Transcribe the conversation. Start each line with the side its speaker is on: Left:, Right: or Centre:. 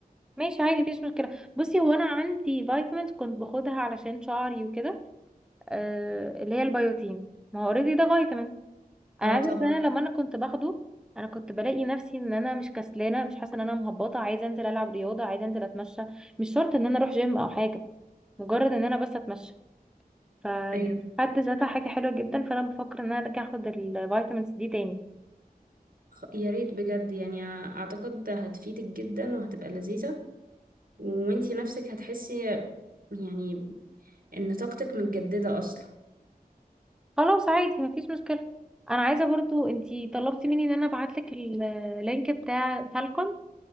Centre: ماشي عادي مفيش مشكلة بصي هو أنا عندي فيتامينز كنت باخدها علشان شعري وكده آه اللي هي البيوتين ما هو اوريدي ده فيتامين انا
Right: اه
Centre: عايزه
Right: طبعا
Centre: اعرف ان انا لما انا كنت باخده انا كنت بلاقي نفسي ان انا مش كسلانه مش حاسه ان انا مهبطه عايزه انزل العب رياضه عايزه انزل اتمشى مش شرط ان انا اروح جيم او حاجه مجرد ان انا بس اتمشى فدي
Right: ايوه
Centre: في حد ذاتها حاجه حلوه جدا فانا بفكر ان انا ارجع اخد الفيتامينز دي تاني
Right: يا ريت بجد يعني اعتقد هتفيدك جدا وهتبقى لذيذة وانتي نفسك هتحسي يعني ان طاقتك متجددة اصلا
Centre: خلاص عادي مفيش مشكله انا عايزه برضو انتي طلبتي مني ان انا ابعت لك اللينك بتاع فالكون